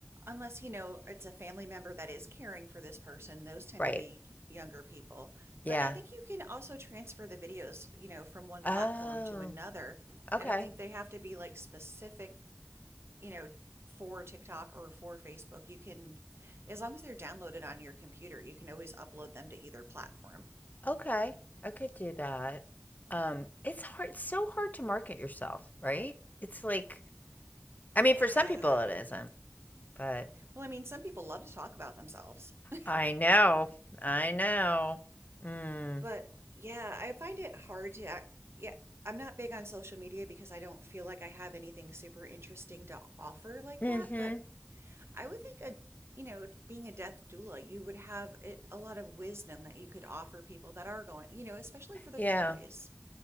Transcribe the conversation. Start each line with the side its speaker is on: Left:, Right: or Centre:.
Right: Unless, you know, it's a family member that is caring for this person, those tend
Left: right.
Right: to be younger people.
Left: Yeah.
Right: But I think you can also transfer the videos, you know, from one
Left: Oh,
Right: platform to another.
Left: okay.
Right: I don't think they have to be like specific you know, for TikTok or for Facebook, you can, as long as they're downloaded on your computer, you can always upload them to either platform.
Left: Okay, I could do that. Um, it's hard it's so hard to market yourself, right? It's like
Right: Yeah.
Left: I mean, for some people it isn't, but
Right: Well, I mean, some people love to talk about themselves. <laughs>
Left: I know. I know. Mm.
Right: But yeah, I find it hard to act. Yeah, I'm not big on social media because I don't feel like I have anything super interesting to offer like
Left: Mhm.
Right: that. But I would think a, you know, being a death doula, you would have it, a lot of wisdom that you could offer people that are going, you know, especially for the
Left: Yeah.
Right: families.